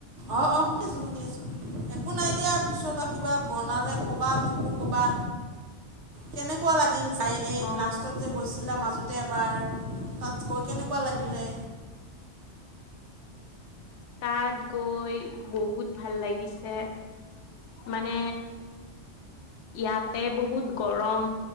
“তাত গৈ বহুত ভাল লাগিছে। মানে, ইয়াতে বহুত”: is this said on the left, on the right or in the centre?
Left